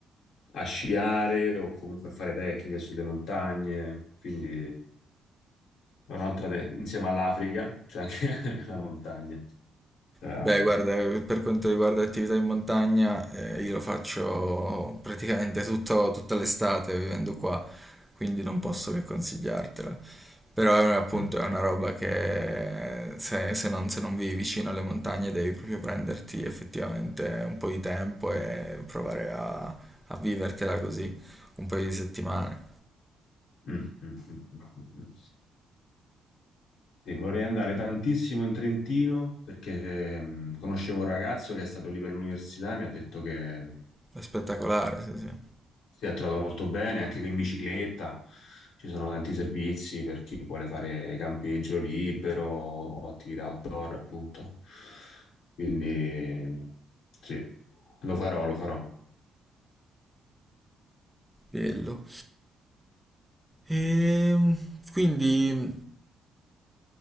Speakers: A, on the left; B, in the centre.
A: a sciare o comunque a fare trekking sulle montagne, quindi è un'altra, de- insieme all'Africa, c'è anche <laughs> la montagna. Tra-
B: Beh, guarda, eh, per quanto riguarda attività in montagna, eh, io lo faccio praticamente tutto- tutta l'estate vivendo qua, quindi non posso che consigliartela. Però è una- appunto
A: mm,
B: è una roba che se, se non, se non vivi vicino alle montagne devi proprio prenderti effettivamente un po' di tempo e provare a, a vivertela così un paio di settimane.
A: mm, mm, mm, mm, mm. Sì, vorrei andare tantissimo in Trentino perché mm, conoscevo un ragazzo che è stato lì per l'università e mi ha detto che
B: È spettacolare, sì, sì.
A: si è trovato molto bene anche in bicicletta. Ci sono tanti servizi per chi vuole fare campeggio libero o attività outdoor, appunto. Quindi sì, lo farò, lo farò.
B: Bello. Ehm, quindi